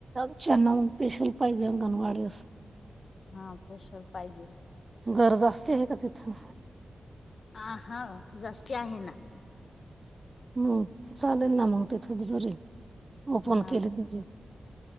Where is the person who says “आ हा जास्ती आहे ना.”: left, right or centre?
Left